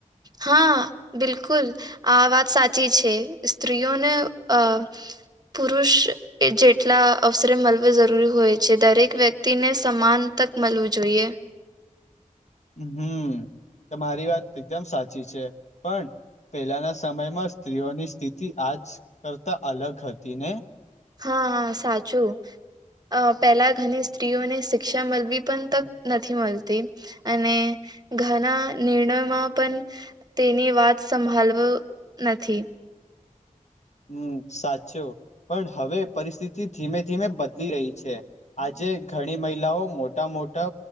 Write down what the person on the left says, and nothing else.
હમ તમા મારી વાત એકદમ સાચી છે પણ. પેલાના સમયમાં સ્ત્રીઓની સ્થિતિ આજ કરતા અલગ હતી ને.
હમ સાચો પણ હવે પરિસ્થિતિ ધીમે ધીમે બદલી રહી છે. આજે ઘણી મહિલાઓ મોટા મોટા